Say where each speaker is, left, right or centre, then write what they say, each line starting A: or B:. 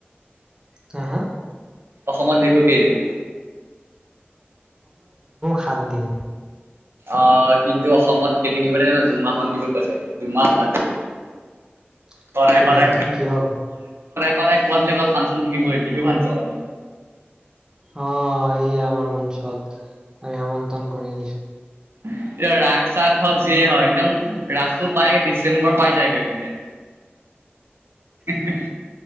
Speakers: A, on the right; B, on the right.
A: হা, হা।
B: অসমত বিহু কেইদিন?
A: সাতদিন।
B: আহ' কিন্তু অসমত কেইদিন বিহু পাতে ন দুমাহ মমান বিহু পাতে দুমাহ পাতে।
A: <unintelligible>
B: সদায়
A: কেনেকে
B: সদায়
A: কিহৰ কাৰণে
B: সদায় কবাত লগত ফাংচন থাকিবই বিহু ফাংচন।
A: অ'এই আমাৰ মঞ্চত আমি আমন্ত্ৰণ কৰি আনিছো
B: এতিয়া ৰাস-চাগ হওঁক যিয়ে হয় একদম ৰাসো পাইে দিছে। ডিচেম্বৰ পাই যায় গৈ এইপিনে হু